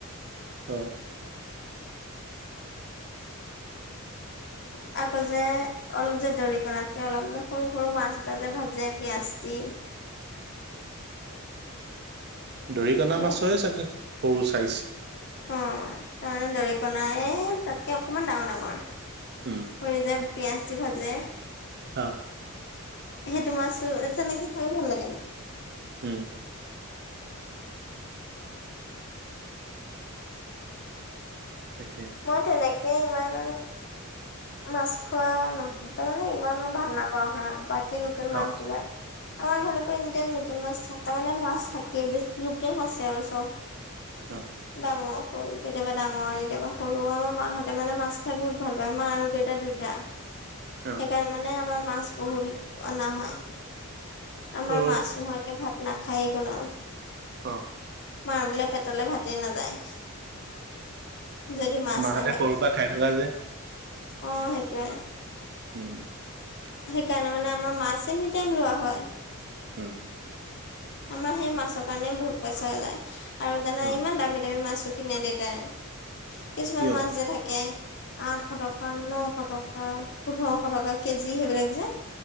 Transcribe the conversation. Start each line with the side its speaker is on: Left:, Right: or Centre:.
Right: অ'।
Left: <inaudible> আকৌ যে অলপ যে দৰিকণাতকে অলপ যে সৰু- সৰু মাছ এটা যে ভাজে পিয়াজ দি <inaudible>
Right: দৰিকনা
Left: হেল্ল'
Right: মাছৰে চাগে সৰু চাইজ।
Left: অ' তাৰমানে দৰিকণাই তাতকে অকমান ডাঙৰ- ডাঙৰ।
Right: উম
Left: কৰি যে পিয়াজ দি ভাজে।
Right: অ
Left: সেইটো মাছো তেনেকে খাইও ভাল লাগে ন।
Right: উম্। তাকে
Left: মই তেনেকে ইমান মাছ খোৱা নহওঁ তাৰ মানে ইমান মই ভাল নাপাও হা বাত লোকেল মাছ
Right: অ
Left: বিলাক আমাৰ ঘৰলেকো এনিতাইম লোকেল মাছ থাকে মানে মাছ ছ থাকে বেছ লোকেল মাছে আৰু চব
Right: অ
Left: ডাঙৰ। কেতিয়াবা ডাঙৰ কেতিয়াবা সৰু আমাৰ মাহঁতে মানে মাছ খাই বহুত ভাল পায়, মাৰ দেউতা দুইটা
Right: অ
Left: সেইকাৰণে মানে আমাৰ মাছ বহুত অনা হয়। আমাৰ
Right: অ
Left: মাছ নোহোৱাকে ভাত নাখায়ে কোনেও।
Right: অ'।
Left: মাৰ বোলে পেটলে ভাতেই নাযায়। যদি মাছ
Right: মাহঁতে
Left: নাথাকে
Right: সৰু পৰা ঠাই থকা যে।
Left: অ, সেইটোৱে।
Right: <unintelligible>
Left: সেইকাৰণে মানে আমাৰ মাছ এনি টাইম লোৱা হয়।
Right: উম।
Left: আমাৰ সেই মাছৰ কাৰণে বহুত পইচা যায় আৰু জানা
Right: অ
Left: ইমান দামী দামী মাছ কিনে দেতাই কিছুমান
Right: কিয় অ
Left: মাছ যে থাকে আঠশ টকা নশ টকা পোন্ধৰশ টকা কেজি সেইবিলাক যে